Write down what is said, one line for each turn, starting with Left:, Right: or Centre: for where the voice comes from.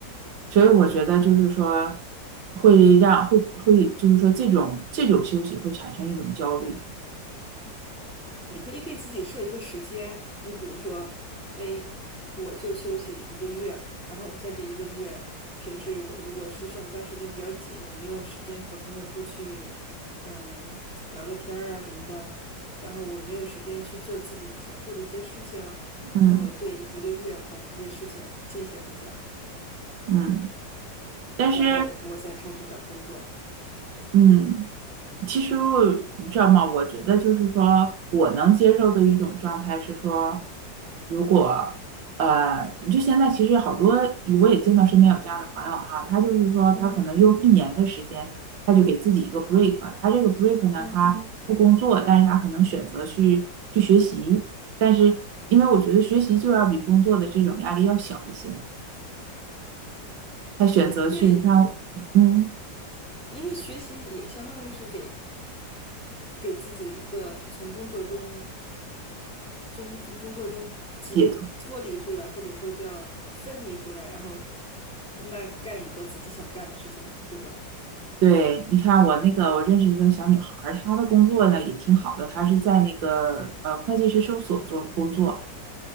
Right: 所以我觉得就是说，会让会会就是说这种这种休息会产生一种焦虑，
Centre: 你可以给自己设一个时间，你比如说，哎，我就休息一个月，然后我在这一个月，平时我如果是上班时间比较紧，我没有时间和朋友出去，嗯，聊个天儿啊什么的，然后我没有时间去做自己想做的一些事情，
Right: 嗯
Centre: 那我这一个月把这些事情进行一下，
Right: 嗯但是
Centre: 然后我再开始找工作。
Right: 嗯。其实你知道吗？我觉得就是说我能接受的一种状态是说，如果呃，就现在其实好多我也见到身边有这样的朋友哈，他就是说他可能用一年的时间，
Centre: 嗯
Right: 他就给自己一个 break，他这个 break 呢，
Centre: 嗯，
Right: 他嗯不工作，但是他可能选择去去学习，但是因为我觉得学习就要比工作的这种压力要小一些，他选择去，
Centre: 对，
Right: 你看，嗯。
Centre: 因为学习也相当于是给给自己的一个从工作中从从工作中解脱离出来，
Right: 解脱。
Centre: 或者说叫分离出来，然后那干一个自己想干的事情嘛，对吧？
Right: 对，你看我那个，我认识一个小女孩儿，她的工作呢也挺好的，她是在那个呃会计师事务所做工作，